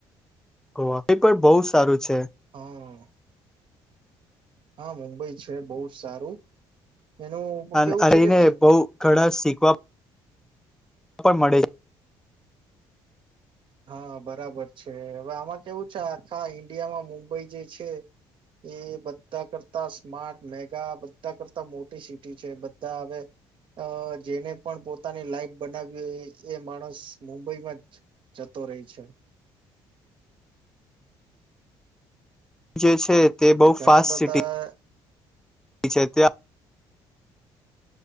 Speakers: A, in the centre; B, on the right (about 50°).
A: ઓ એ પણ બહુ સારું છે
B: હા હા મુંબઈ છે બહુ સારું એનું
A: અને
B: કેવું છે કે
A: એને બહુ ઘણા શીખવા પણ મળે
B: હા બરાબર છે હવે આમાં કેવું છે આખા ઈન્ડિયામાં મુંબઈ જે છે એ બધા કરતા સ્માર્ટ મેગા બધા કરતા મોટી સિટી છે બધા હવે અ જેને પણ પોતાની લાઈફ બનાવી એ માણસ મુંબઈમાં જ જતો રહે છે
A: જે છે તે
B: એટલે
A: બહુ
B: ઘણા
A: ફાસ્ટ
B: બધા
A: સિટી એ છેે તેઆ